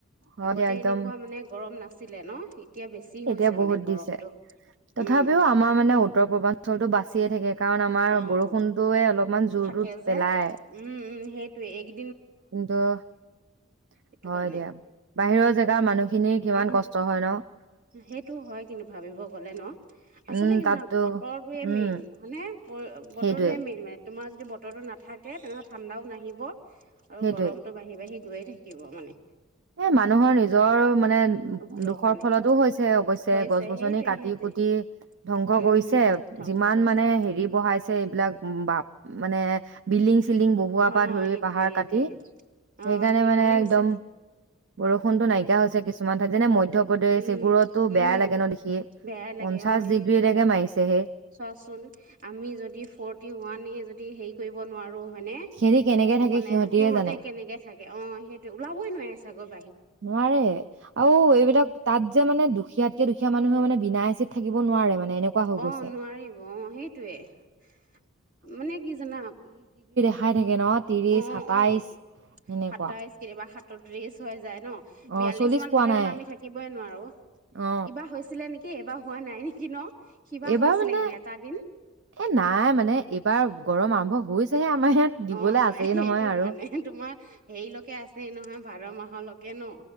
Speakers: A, on the right; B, on the right.
A: হয়
B: আগতে
A: দিয়া একদম
B: এনেকুৱা মানে গৰম নাচি আছিলে ন এতিয়া বেছি হৈছে
A: এতিয়া বহুত
B: মানে গৰমটো
A: দিছে তথাপিও
B: উম,
A: আমাৰ মানে উত্তৰ পূৰ্বাঞ্চল বাচিয়ে থাকে কাৰণ আমাৰ
B: অ',
A: বৰষুণতটোয়ে অলপমান জোৰটো
B: থাকে যে
A: পেলায়
B: উম, উম, সেইটোয়ে এযে
A: কিন্তু হয়
B: সেইটো কাৰণে
A: দিয়া বাহিৰৰ জেগাৰ মানুহখিনিৰ কিমান
B: উম,
A: কষ্ট হয় ন <unintelligible>
B: সেইটো হয় কিন্তু ভাবিব গ'লে ন আচলতে
A: উম,
B: কি
A: তাততো
B: জনা বতৰটোৱে
A: উম,
B: মেইন মানে বতৰটোৱে
A: সেইটোৱে
B: মেইন মানে তোমাৰ <unintelligible> যদি বতৰটো নাথাকে তেনেহ'লে ঠাণ্ডাও নাহিব আৰু
A: সেইটোৱে।
B: গৰমতটো বাঢ়ি বাঢ়ি গৈ থাকিব মানে
A: এ মানুহৰ নিজৰ মানে
B: ভুলৰ
A: দুখৰ
B: কাৰণে
A: ফলতো হৈছে অৱশ্যে
B: হৈছে
A: গছ গছনি
B: সেইটোৱে
A: কাটি
B: সেইটোৱে
A: কুটি ধ্বংস
B: উম
A: কৰিছে
B: ধ্বংস
A: যিমান
B: কৰিছে
A: মানে হেৰি বহাইছে এইবিলাক বা মানে বিলি <unintelligible> চিলিং বহুৱাৰ
B: অ
A: পৰা ধৰি
B: এইটোৱে
A: পাহাৰ কাটি
B: এইটোৱে অ
A: সেইকাৰণে মানে একদম
B: হৈছে
A: বৰষুণটো নাইকিয়া হৈছে কিছুমান ঠাই যে ম <unintelligible> মধ্যপ্ৰদেশ
B: উম
A: এইবোৰতো বেয়া
B: উম
A: লাগে ন দেখি
B: বেয়াই লাগে
A: পঞ্চাশ
B: অ সেইটোৱে
A: ডিগ্ৰীলৈকে মাৰিছেহে <unintelligible>
B: চোৱাচোন আমি যদি ফৰটি ওৱানে যদি হেৰি কৰিব নোৱাৰো হয়নে
A: সিহঁতি কেনেকে থাকে
B: মানে
A: সিহঁতিয়ে
B: সিহতে
A: জানে
B: কেনেকে থাগে অ, সেইটো ওলাবই নোৱাৰি। চাগল।
A: নোৱাৰে, আৰু এইবিলাক তাত যে মানে দুখীয়াতকে, দুখীয়া মানুহে মানে বিনা এচিত থাকিব, নোৱাৰে মানে। এনেকুৱা হৈ
B: অ,
A: গৈছে
B: নোৱাৰিব অ, সেইটোৱে মানে কি জানা?
A: খাই থাকে ন। ত্ৰিশ,
B: অ
A: সাতাইশ
B: অ
A: সেনেকুৱা।
B: সাতাইশ কেতিয়াবা
A: <unintelligible>
B: সাতত্ৰিশ হৈ য ন
A: অ
B: বিয়াল্লিশ
A: চল্লিশ
B: মান
A: পোৱা
B: হলে
A: নাই
B: আমি থাকিবই নোৱাৰো
A: অ
B: এবাৰ হৈছিলে নেকি? <unintelligible> স এবাৰ হোৱা নাই নেকি ন? সিবাৰ
A: এইবাৰ
B: হৈছিলে
A: মানে
B: কিন্তু এটা দিন
A: এ নাই মানে এইবাৰ। গৰম আৰম্ভ হৈছেহে। আমাৰ ইয়াত দিবলৈ
B: অ,
A: আছেই
B: সেইটো
A: নহয় আৰু
B: কাৰণে তোমাৰ হেৰিলৈকে আছে নহয়, ভাদ মাহ মাহৰ লৈকে, ন।